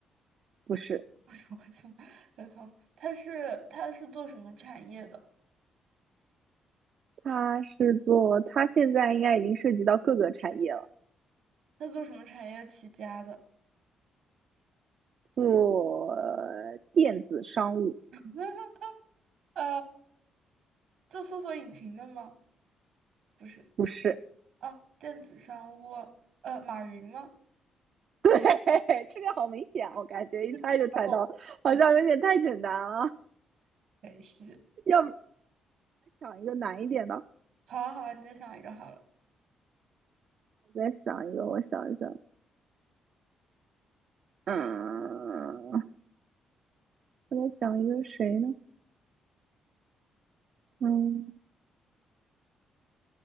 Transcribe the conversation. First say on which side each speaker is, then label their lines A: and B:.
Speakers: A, on the right; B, on the right.
A: 不是，
B: <laughs> 为什么会想刘强东？他是他是做什么产业的？
A: 他是做，他现在应该已经涉及到各个产业了，
B: 他做什么产业起家的？
A: 做电子商务，
B: <laughs> 呃，做搜索引擎的吗？不是
A: 不是。
B: 啊，电子商务，呃，马云吗？
A: <laughs> 对，这个好明显，我感觉一猜就猜到了，
B: <laughs> 电子商务，
A: 好像有点太简单了。
B: 北西。
A: 要不想一个难一点的？
B: 好啊，好啊，你再想一个好了。
A: 我再想一个，我想一想，嗯，我在想一个谁呢？嗯